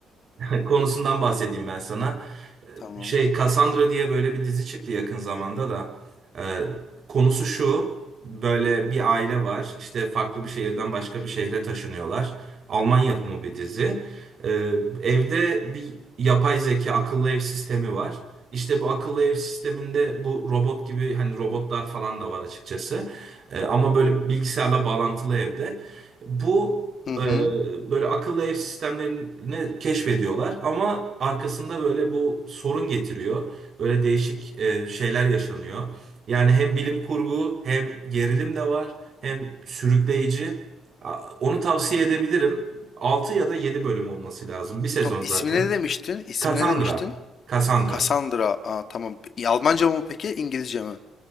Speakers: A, on the right; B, on the left.
A: <laughs> konusundan bahsedeyim ben sana. Ee,
B: <laughs> Tamam.
A: Şey Cassandra diye böyle bir dizi çıktı yakın zamanda da. Ee, konusu şu. Böyle bir aile var. İşte farklı bir şehirden başka bir şehre taşınıyorlar. Alman yapımı bir dizi. Ee, evde bir yapay zeka akıllı ev sistemi var. İşte bu akıllı ev sisteminde bu robot gibi hani robotlar falan da var açıkçası. Ee, ama böyle bilgisayarla bağlantılı evde. Bu
B: Hı hı.
A: e, böyle akıllı ev sistemlerini keşfediyorlar ama arkasında böyle bu sorun getiriyor. Böyle değişik e, şeyler yaşanıyor. Yani hem bilim kurgu hem gerilim de var hem sürükleyici. A- Onu tavsiye edebilirim. 6 ya da 7 bölüm olması lazım. Bir sezon
B: Tam ismi
A: zaten.
B: ne demiştin? İsmi
A: Cassandra.
B: ne demiştin?
A: Cassandra.
B: Cassandra. Aa, tamam. İ- Almanca mı peki? İngilizce mi?